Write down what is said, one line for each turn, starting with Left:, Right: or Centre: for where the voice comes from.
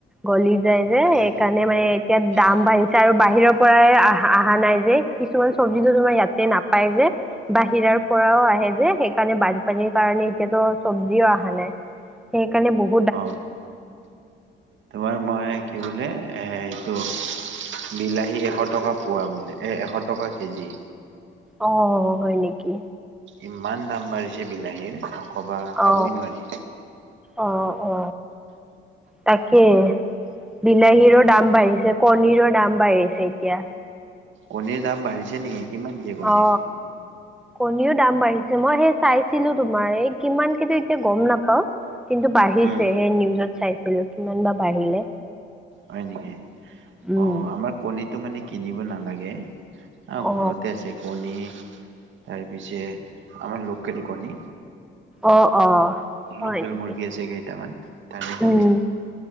Centre: গলি যায় যে
Right: আজি
Centre: সেইকাৰণে মানে এতিয়া
Right: এশ
Centre: দাম বাঢ়িছে আৰু বাহিৰৰ পৰাই আহা, অহা নাই যে কিছুমান চব্জি তোমাৰ ইয়াতে নাপায় যে। বাহিৰাৰ পৰাও আহে যে সেইকাৰণে বানপানীৰ কাৰণে এতিয়াতো চবজিও অহা নাই, সেইকাৰণে বহু
Right: অ, তোমাৰ মই কি বোলে, এইটো বিলাহী এশ টকা পোৱা, বুলি এ, এশ টকা কেজি।
Centre: অ, হয় নেকি।
Right: ইমান দাম বাঢ়িছে বিলাহীৰ, নক'বা খাবই
Centre: অ
Right: নোৱাৰি।
Centre: অ, অ, তাকে বিলাহীৰো দাম বাঢ়িছে, কণীৰো দাম বাঢ়িছে এতিয়া।
Right: কনীৰ দাম বাঢ়িছে নেকি? কিমান দিয়ে কণী?
Centre: অ, কণীও দাম বাঢ়িছে মই সেই চাইছিলো, তোমাৰ এই কিমান কিন্তু এতিয়া গম নাপাওঁ। কিন্তু বাঢ়িছে
Right: উম,
Centre: সেই নিউজত চাইছিলো, কিমান বা বাঢ়িলে?
Right: হয় নেকি
Centre: উম
Right: অ, আমাৰ কণীটো মানে কিনিব নালাগে। আহ
Centre: অ
Right: ঘৰতে আছে, কণী তাৰপিছে আমাৰ লোকেল কণী,
Centre: অ অ হয়
Right: লোকেল
Centre: নেকি
Right: মুৰ্গী আছে, কেইটামান তাৰে কণী।
Centre: উম